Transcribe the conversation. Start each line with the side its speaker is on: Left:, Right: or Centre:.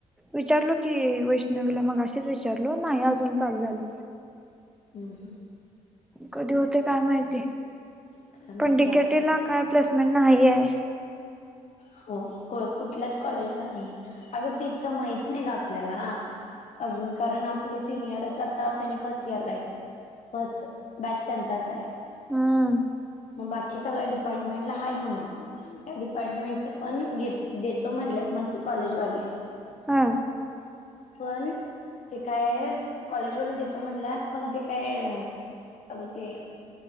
Centre: विचारलो की वैष्णवीला मगाशीच विचारलो नाही अजून चालू झालं.
Left: हं हं
Centre: कधी होते काय माहिती
Left: काय माहित
Centre: पण डी
Left: बाई
Centre: के टी ला काय प्लेसमेंट नाही आहे.
Left: हो को कुठल्याच कॉलेजला नाही अगं तिथलं माहित नाही ना आपल्याला अजून कारण आपले सिनियरच आता त्यांनी फर्स्ट इयरला आहेतं. फर्स्ट बॅच त्यांचाच आहे.
Centre: हम्म
Left: मग बाकी सगळ्या डिपार्टमेंटला हाये म्हणव त्या डिपार्टमेंट पण दे देतो म्हणल्यात म्हणजे कॉलेज वाली
Centre: हा
Left: पण ते काय कॉलेजवाले देतो म्हणलात पण ते काय अग ते